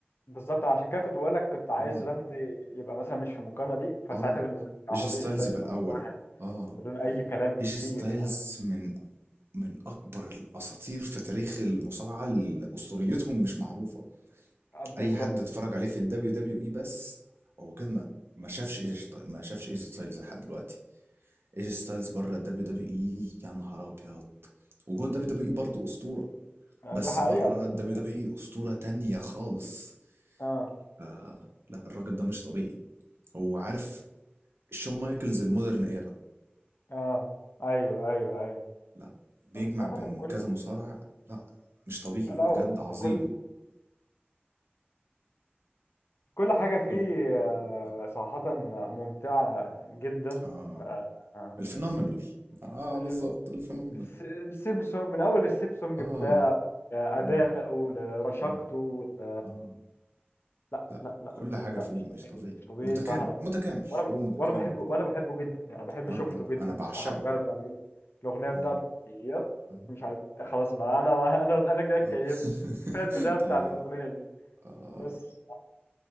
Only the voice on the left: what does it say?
بالظبط عشان كده كنت بقول لك كنت عايز
راندي يبقى مثلا مش في المقارنة دي فساعتها
بالنسبة لي
هحط
ايش ستايلز
رقم واحد
بدون أي كلام كتير
يعني
آه بالظبط
آه،
دي حقيقة
بالنسبة
لي
اه
اه ايوه ايوه ايوه
صراحة
كل
الأول
كل كل حاجة فيه
آه،
صراحة ممتعة جدا
ف- آه،
الفيلم-
الس- السيمسونج من أول السيمسونج
بتاعه أداؤه
لرشاقته
ل-
لا
لا لا
لا
مش
طبيعي
مش طبيعي
صراحة
وأنا
ب-
وأنا بحبه وأنا بحبه جدا يعني بحب
شفته
جدا
الصراحة مجرد ما لقيت الأغنية بتاعته
يب
مش عارف خلاص أنا أنا أنا أنا كده اتكيفت
كفاية البداية بتاعت
الأغنية دي
بس